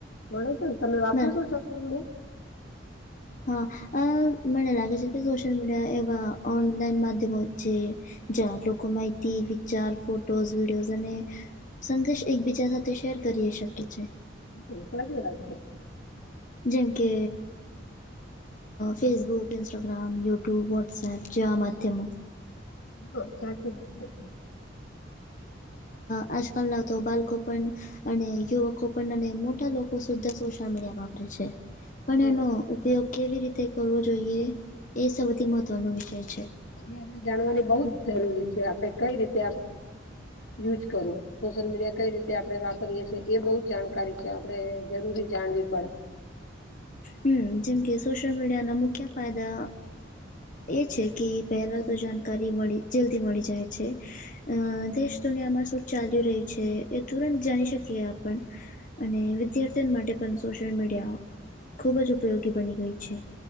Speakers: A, on the left (about 75°); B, on the left (about 40°).
A: મળે તો ને તમે વાપરો
B: બર
A: છો સોશિયલ મીડિયા?
B: હા, મને લાગે છે, કે સોશિયલ મીડિયા એવાં ઓનલાઈન માધ્યમો જ છે... જ્યાં લોકો માહિતી, વિચારો, ફોટોઝ, વિડિયોઝ અને... સંદેશ એકબીજા સાથે શેર કરી શકે છે.
A: હા, ખાલી દીવા છે. <inaudible>
B: જેમ કે. ફેસબુક, ઇન્સ્ટાગ્રામ, યુટ્યુબ, વોટ્સએપ જેવા માધ્યમો.
A: હ સાચી વાત છે.
B: આજકાલના તો બાળકો પણ... અને યુવકો પણ અને મોટા લોકો સુધી સોશિયલ મીડિયા વાપરે છે.
A: છે
B: પણ એનો ઉપયોગ કેવી રીતે કરવો જોઈએ! એ સૌથી મહત્વનો વિષય છે.
A: એ જાણવાની બહુ જ જરૂરી છે કે આપણે કઈ રીતે યુઝ કરવો. સોશિયલ મીડિયા કઈ રીતે આપણે વાપરીએ છીએ, એ બહુ જાણકારી છે આપણે જરૂરી જાણવી પડે.
B: હા, જેમ કે સોશિયલ મીડિયાના મુખ્ય ફાયદા... એ છે કે પહેલાં તો જાણકારી જલ્દી મળી જાય છે. હા, દેશ-દુનિયામાં શું ચાલી રહ્યું છે એ તુરંત જાણી શકીએ આપણે. અને વિદ્યાર્થીઓ માટે પણ સોશિયલ મીડિયા... ખૂબ જ ઉપયોગી બની ગયું છે.